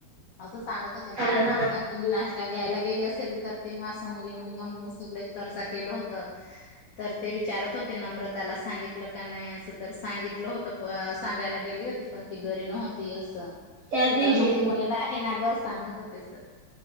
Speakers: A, on the left; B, on the right.
A: असं सांगत हो ते मला
B: हा हा
A: म जर तुम्ही नाश्ता घ्यायला, गेले असेल तर, तेी म्हणा सगळे चर्चा केलं होत तर ते विचारत होत- ते नम्रताला सांगितलं का नाही सांगितलं होत सांगायला गेली होती पण ती घरी नव- मती असं-
B: त्याच
A: ते
B: दिवशी
A: तर मग
B: इथून
A: मुला आहे ना ग सांगत होते सर